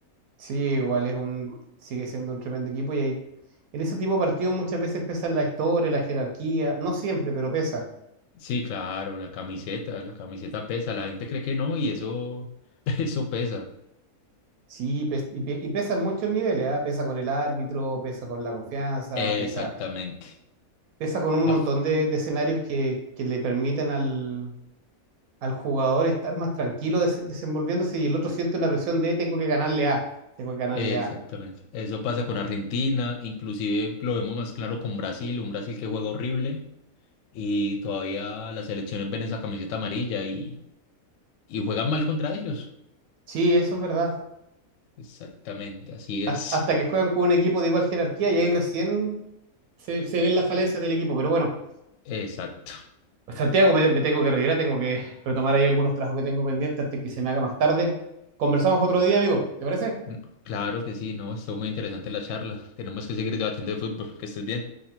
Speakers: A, on the right; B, on the left.
A: Sí, igual es un, sigue siendo un tremendo equipo y ahí, en ese tipo de partidos muchas veces pesan la historia, la jerarquía, no siempre, pero pesa.
B: Sí, claro, la camiseta, la camiseta pesa, la gente cree que no y eso, <laughs> eso pesa.
A: Sí, pes- y, pe- y pesa en muchos niveles, ¿ah? Pesa con el árbitro, pesa con la confianza,
B: Exactamente.
A: pesa, pesa con un
B: Ah,
A: montón de, de escenarios que, que le permiten al, al jugador estar más tranquilo des- desenvolviéndose y el otro siente una presión de tengo que ganarle A, tengo que ganarle
B: exactamente.
A: A.
B: Eso pasa con Argentina, inclusive lo vemos más claro con Brasil, un Brasil que juega horrible. y todavía las selecciones ven esa camiseta amarilla y, y juegan mal contra ellos.
A: Sí, eso es verdad.
B: Exactamente, así
A: Has-
B: es.
A: Hasta que juegan con un equipo de igual jerarquía y ahí recién se, se ven las falencias del equipo, pero bueno.
B: Exacto.
A: Pues, Santiago, me, me tengo que retirar, tengo que retomar ahí algunos trabajos que tengo pendientes antes que se me haga más tarde. Conversamos otro día, amigo. ¿Te parece?
B: Mm, Claro que sí, no, estuvo muy interesante la charla. Tenemos que seguir debatiendo de fútbol. Que estés bien.